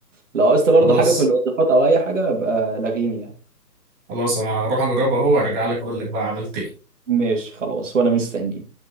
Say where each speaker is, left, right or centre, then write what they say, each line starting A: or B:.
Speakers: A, on the right; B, on the right.
A: لو عايزت برضه
B: خلاص
A: حاجه في الوصفات او اي حاجه ابقى لغيني يعني
B: خلاص انا هروح اجربها اهو وارجع لك اقول لك بقى عملت ايه
A: ماشي خلاص وانا مستنيك